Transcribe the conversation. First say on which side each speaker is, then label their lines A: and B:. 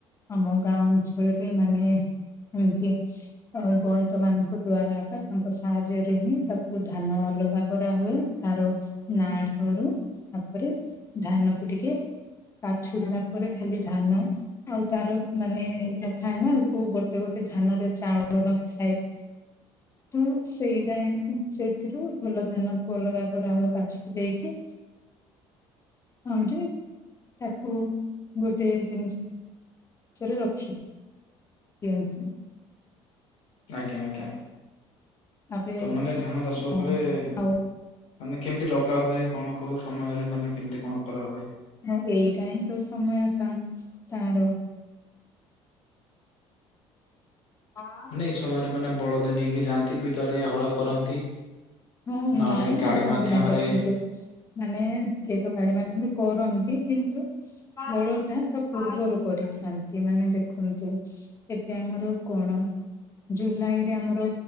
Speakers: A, on the left; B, on the left.
A: ଆମ ଗାଁ ଅଞ୍ଚଳରେ ମାନେ ଏମିତି ଆ ଗଣିତ ମାନଙ୍କ ଦ୍ଵାରା ଏକ ତାଙ୍କ ସାହାଯ୍ୟରେ ହିଁ ତାକୁ ଧାନ ଅଲଗା କରାହୁଏ ତାର ନାଡରୁ ତାପରେ ଧାନ କୁ ଟିକେ ପାଛୁଡିଲା ପରେ ଖାଲି ଧାନ ଆଉ ତାର ମାନେ <unintelligible> ଥାଏ ନା କୋଉ ଗୋଟେ ଗୋଟେ ଧାନ ର ଚାଉଳ ନଥାଏ। ତ ସେଇ ଯାଏ ସେଥିରୁ ଭଲ ଧାନକୁ ଅଲଗା କରା ହୁଏ ପାଛୁଡି ଦେଇକି ହଁ ଯେ ତାକୁ ଗୋଟେ ଜିନିଷ <unintelligible> ରଖି <unintelligible> <unintelligible>
B: ଆଜ୍ଞା ଆଜ୍ଞା
A: ତାପରେ
B: ମାନେ ଧାନ ଚାଷ
A: ହଁ
B: ଉପରେ ମାନେ
A: ଆଉ
B: କେମିତି ଲଗା ହୁଏ କଣ କୋଉ ସମୟରେ ମାନେ କେମିତି କଣ କରାହୁଏ?
A: ହଁ ଏଇଟା ହିଁ ତ ସମୟ ତା ତାର ହଁ
B: ମାନେ ଏଇ ସମୟରେ ମାନେ ବଳଦ ନେଇକି ଯାଆନ୍ତି ବିଲରେ ହଳ କରନ୍ତି।
A: ହଁ
B: ନହେଲେ
A: ନାଇଁ ନାଇଁ
B: ଗାଡି
A: ସେମିତି
B: ମାଧ୍ୟମରେ
A: ନାଇଁ ଦେଖନ୍ତୁ ମାନେ ଏ ତ ଗାଡି ମାଧ୍ୟମରେ କରନ୍ତି କିନ୍ତୁ ହଳ ଟା ତା ପୂର୍ବରୁ କରିଥାନ୍ତି। ମାନେ ଦେଖନ୍ତୁ ଏବେ ଆମର କଣ ଜୁଲାଇ ରେ ଆମର